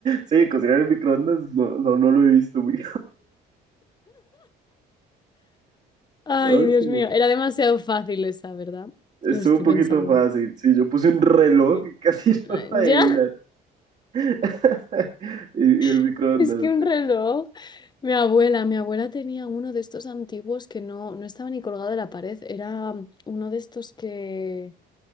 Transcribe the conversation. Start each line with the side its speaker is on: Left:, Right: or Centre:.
Right: sí, cocinar en microondas no, no, no lo he visto, muy
Left: Ay,
Right: Ok,
Left: Dios mío, era demasiado fácil esa, ¿verdad?
Right: estuvo
Left: Lo estoy
Right: un poquito
Left: pensando.
Right: fácil. Sí, yo puse un reloj
Left: Sí.
Right: y casi <laughs>
Left: Ay,
Right: no lo adivinas.
Left: ya,
Right: <laughs> Y, y el microondas.
Left: <laughs> es que un reloj. Mi abuela, mi abuela tenía uno de estos antiguos que no, no estaba ni colgado de la pared, era uno de estos que,